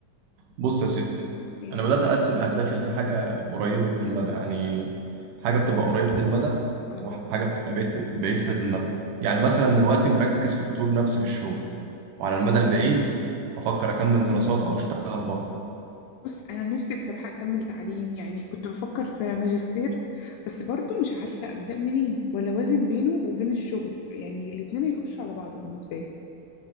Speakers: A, on the right (about 75°); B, on the left (about 85°).
A: بص يا ستي
B: إيه
A: انا بدات اقسم اهدافي لحاجه قريبه المدى يعني حاجه بتبقى قريبه المدى
B: آه
A: وحاجه بتبقى بعيد- بعيده المدى يعني مثلا دلوقتي مركز في تطوير نفسي في الشغل وعلى المدى البعيد افكر اكمل دراسات او اشتغل بره
B: بص أنا نفسي الصراحة أكمل تعليم يعني كنت بفكر في ماجستير بس برضه مش عارفة أبدأ منين ولا أوازن بينه وبين الشغل يعني الاتنين يخشوا على بعض بالنسبة لي